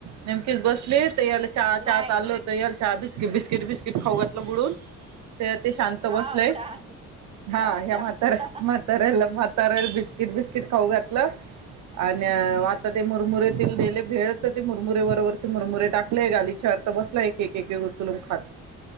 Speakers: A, on the right; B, on the right.
A: नेमकीच बसली त याला चहा
B: नाही
A: चहा चाल होत याल चहा बिस्किट बिस्किट बिस्किट खाऊ घातलं बडून. ते आता ते शांत
B: हा
A: बसलेय
B: अच्छा अच्छा
A: हा
B: अच्छा
A: या म्हाताऱ्या
B: अच्छा
A: म्हाताऱ्याला म्हातार्याला बिस्किट बिस्किट खाऊ घातलं. आणि आता ते मुरमुरेतील दिली भेळ तर ते मुरमुरे वरवरचे मुरमुरे टाकले गालीचावर बसला एक एक एक उचलून खात.